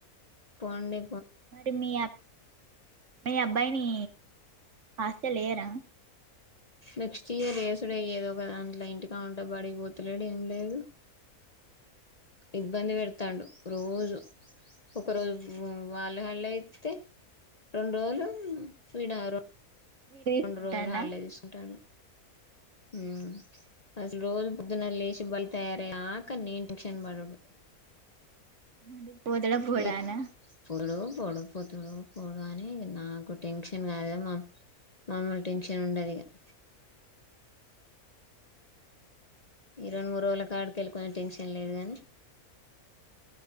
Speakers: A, on the left (about 35°); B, on the right (about 60°).
A: పొండి
B: మరి మీయా మీ అబ్బాయిని ఆస్ లేయరా
A: నెక్స్ట్ ఇయర్ రేసుడ అయ్య ఏదో ఒకదా అంట్లో ఇంటికా ఉంట బడిగిపోతులేడు ఏం లేదు ఇబ్బంది పెడుతాడు రోజు ఒకరోజు వాళ్ళు హళ్ళ అయితే రెండు రోజులు స్వీడారు
B: తీసుకుంటాడా
A: రెండు రోజులు హాలిడే తీసుకుంటాను మ్మ్ అసలు రోజు పోదున్న లెచ్ మళ్ళీ తయారు అయ్యే దాకా నేన్ టెన్షన్ పడుడు
B: అడు పోతాడ పోడా
A: ఎక్
B: అనా
A: పోడు పోడు పోతడు పోడు అని నాకు టెన్షన్ కాదు మా మామ్మని టెన్షన్ ఉండదు ఇక ఈ రెండు మూడు రోజుల కాడుకి వెళ్ళికునే టెన్షన్ లేదు కానీ